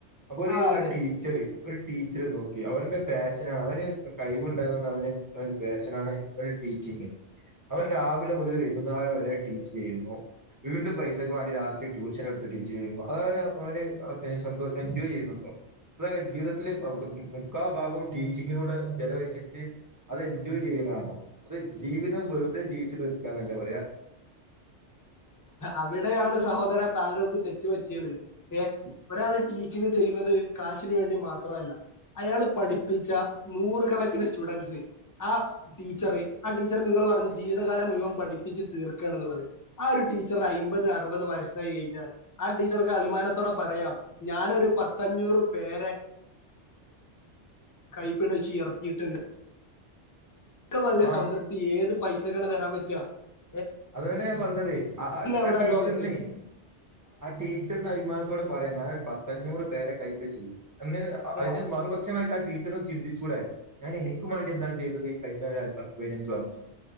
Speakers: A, on the right; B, on the left.
A: അപ്പൊ ഒരു
B: ആ
A: ഒരു
B: അതെ
A: ടീച്ചർ ഒരു ടീച്ചർ നോക്കി അവന്റെ പാഷൻ അവന് കയ്വുണ്ടായോണ്ടവന് ഒര് പേഷനാണ് ടീച്ചിംഗ്. അവന് രാവിലെ മുതല് വൈകുന്നരം വരെ ടീ യ്യുന്നു. വീണ്ടും പൈസക്ക് വേണ്ടി രാത്രി ട്യൂഷൻ എടുത്ത് ടീച്ച് ചെയ്യുന്നു അത് അവന് ഓന് സന്തോ എൻജോയ് ചെയ്യുന്നുണ്ടോ <unintelligible> മുക്കാ ഭാഗവും ടീച്ചിങ്ങിനൂടെ ചെലവഴിച്ചിട്ട് അത് എൻജോയ് ചെയ്യലാണോ അത് ജീവിതം വെറുതെ <unintelligible> ച്ച്ക്കാനല്ലേ പറയാ
B: അവിടെയാണ് സഹോദര താങ്കൾക്ക് തെറ്റ്പറ്റിയത് ഏ ഒരാള് ടീച്ചിങ് ചെയ്യുന്നത് കാശിന് വേണ്ടി മാത്രമല്ല അയാൾ പഠിപ്പിച്ച നൂറുകണക്കിന് സ്റ്റുഡൻറ്സ് ആ ടീച്ചറ് ആ ടീച്ചർ നിങ്ങൾ പറഞ്ഞു ജീവിതകാലം മുഴുവൻ പഠിപ്പിച്ച് തീർക്ക്ആണന്നുള്ളത് ആ ഒരു ടീച്ചർ ഐമ്പത് അറുപത് വയസ്സായി കഴിഞ്ഞാൽ ആ ടീച്ചർക്ക് അഭിമാനത്തോടെ പറയാം ഞാനൊരു പത്തഞ്ഞൂറ് പേരെ കൈപ്പിടിച്ച് ഇയർത്തിയിട്ടുണ്ട് ക്കള വല്ല
A: ആ
B: സംതൃപ്തി ഏത് പൈസ ത്ക്കാണ് തരാൻപറ്റ <unintelligible>
A: അത് തന്നെ ഞാൻ പറഞ്ഞത് ആ
B: അവിടെ
A: ആ ടീച്ചർന്
B: ലോകത്ത്
A: <unintelligible> ആ ടീച്ചർന് അഭിമാനത്തോടെ പറിയാ ഞാനൊരു പത്തഞ്ഞൂറ് പേരെ കഴിപ്പിച്ചുണ്ട് അന്ന്
B: ആ
A: അ അയിന്റെ മറുപക്ഷമായി ടീച്ചോറൊന്ന് ചിന്തിചൂടെ ഞാൻ എനിക്കും മാണ്ടി എന്താണ് ചെയ്തത് കഴിഞ്ഞ പത്ത് പതിനഞ്ച് വർഷം